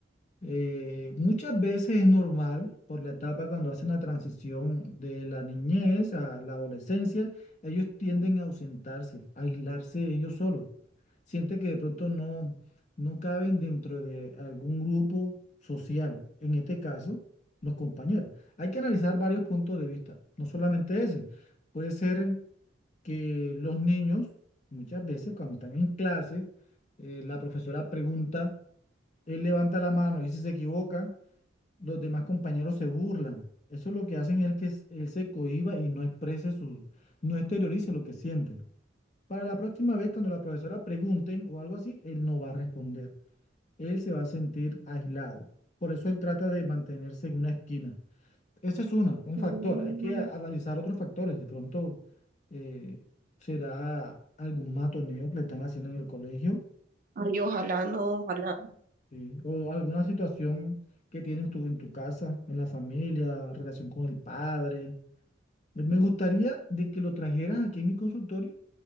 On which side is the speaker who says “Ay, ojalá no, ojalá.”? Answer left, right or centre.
Right